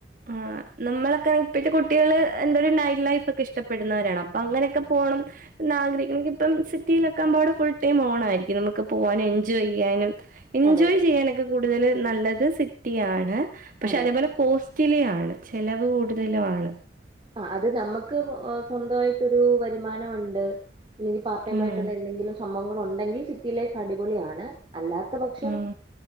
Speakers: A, on the right (about 45°); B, on the right (about 25°).
A: ആഹ് നമ്മളൊക്കെ ഇപ്പത്തെ കുട്ടികള് എന്ത ഒരു നൈറ്റ് ലൈഫ് ഒക്കെ ഇഷ്ടപ്പെടുന്നവരാണ് അപ്പൊ അങ്ങനെയൊക്കെ പോകണം ന്നാ ആഗ്രഹിക്ക്ണെ ഇൻക്ക്പ്പം സിറ്റീയിലൊക്കാവുമ്പ അവടെ ഫുൾ ടൈം ഓണായിരിക്കും നമ്മക്ക് പോവാനും എൻജോയ് ചിയ്യാനും എൻജോയ്
B: അതെ അതെ
A: ചെയ്യാനൊക്കെ കൂടുതൽ നല്ലത് സിറ്റിയ ആാണ് പക്ഷെ
B: അതെ
A: അതേപോലെ കോസ്റ്റിലി ആണ് ചെലവ് കൂടുതലും ആണ്
B: ആ അത് നമ്മുക്ക് സ്വന്തമായിട്ടൊരു വരുമാനമുണ്ട് ഇല്ലെങ്കിൽ പാർട്ടെയ്മായിട്ടുള്ള
A: ഉം
B: എന്തെങ്കിലും സംഭവങ്ങൾ ഉണ്ടെങ്കിൽ സിറ്റി ലൈഫ് അടിപൊളിയാണ് അല്ലാത്ത പക്ഷം
A: ഉം